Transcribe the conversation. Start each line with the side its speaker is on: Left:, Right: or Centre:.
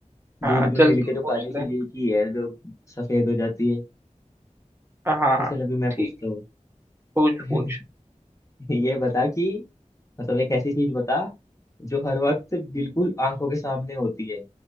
Right: हाँ
Left: दूध में
Right: चल
Left: मिलके
Right: तू
Left: जो
Right: पूछ
Left: काली चीज
Right: ले
Left: एक ही है जो सफेद हो जाती है
Right: हाँ
Left: तो चल अभी मैं
Right: ठीक
Left: पूछता हूँ
Right: पूछ
Left: <laughs>
Right: पूछ
Left: <laughs> ये बता कि मतलब एक ऐसी चीज बता जो हर वक्त बिल्कुल आंखों के सामने होती है